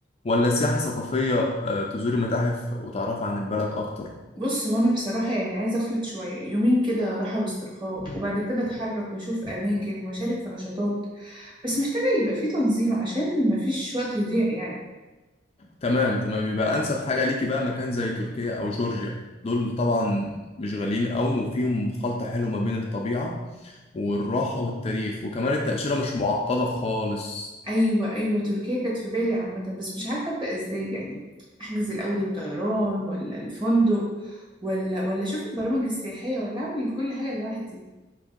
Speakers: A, on the left; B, on the right.
A: ولا سياحة ثقافية آه، تزوري متاحف وتعرفي عن البلد اكتر
B: بص هو انا بصراحه يعني عايزه اخلط شويه يومين كده راحه واسترخاء وبعد كده اتحرك واشوف اماكن واشارك في نشاطات بس محتاجه يبقى فيه تنظيم عشان مفيش وقت يضيع يعني
A: تمام تمام يبقى انسب حاجه ليكي بقى مكان زي تركيا او جورجيا دول طبعا مش غاليين قوي وفيهم خلط حلو ما بين الطبيعه والراحه والتاريخ وكمان التاشيره مش معقده خالص
B: ايوه ايوه تركيا كانت في بالي عامه بس مش عارفه ابدا ازاي يعني احجز الاول الطيران ولا الفندق ولا ولا اشوف البرامج السياحيه ولا اعمل كل حاجه لوحدي